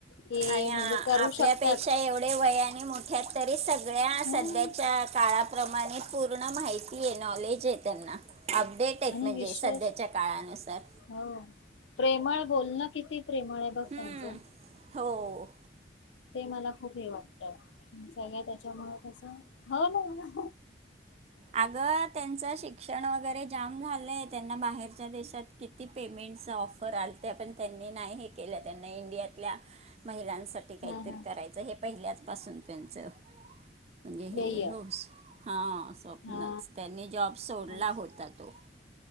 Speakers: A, on the left; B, on the right.
A: कि
B: आया
A: म्हणजे करू
B: आपल्यापेक्षा
A: शकतात
B: एवढे वयाने मोठे आहेत. तरी स गळ्या
A: हम्म
B: सध्याच्या काळा प्रमाणे पूर्ण माहिती आहे, नॉलेज आहे त्यांना. अपडेट आहेत
A: आणि
B: म्हणजे
A: विशेष
B: सध्याच्या काळानुसार.
A: हो. प्रेमळ बोलणं किती प्रेमळ आहे बघ
B: हम्म,
A: त्यांचं.
B: हो
A: ते मला खूप हे वाटतं. सगळ्या त्याच्यामुळे कसं हो ना.
B: अग त्यांच शिक्षण वगैरे जाम झालंय, त्यांना बाहेरच्या देशात - देश्यात त्यात किती पेमेंटच ऑफर आलत पण त्यांनी नाही हे केल्या त्यांना इंडियातल्या महिलां! साठी काहीतरी
A: हा हा
B: करायचं हे पहिल्याच पाासून त्यांच म्हणजे हे
A: ध्येय
B: हो हा स्वप!
A: हा
B: नच त्यांनी जॉब सोडला
A: अच्छा.
B: होता तो